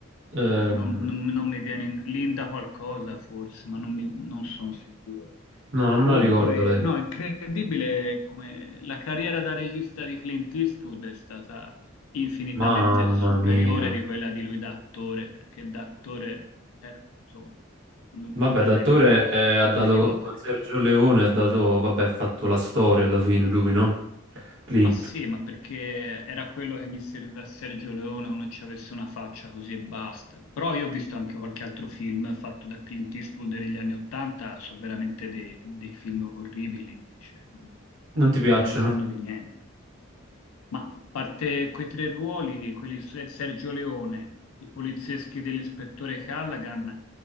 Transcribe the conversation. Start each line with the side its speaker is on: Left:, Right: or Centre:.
Right: Ehm,
Left: non, non- non mi viene in- Linda qualcosa forse, ma non, mi- non sono sicuro.
Right: no, non
Left: Comunque,
Right: me la ricordo lei.
Left: no, è incredibile come la carriera da regista di Clint Eastwood è stata infinitamente
Right: Mamma
Left: superiore
Right: mia.
Left: di quella di lui da attore, perché da attore era, insomma, non-
Right: Vabbè,
Left: veramente
Right: d'attore
Left: un
Right: eh,
Left: attore
Right: ha dato
Left: mediocre.
Right: con Sergio Leone, ha dato, vabbè, ha fatto la storia alla fine lui, no? Clint.
Left: Ma sì, ma perché era quello che gli serviva a Sergio Leone, uno ci avesse una faccia così e basta. Però io ho visto anche qualche altro film fatto da Clint Eastwood negli anni Ottanta, sono veramente dei, dei film orribili, cioè,
Right: Non ti piacciono?
Left: che non sanno di niente. Ma a parte quei tre ruoli, quelli di Se- Sergio Leone, i polizieschi dell'ispettore Callaghan,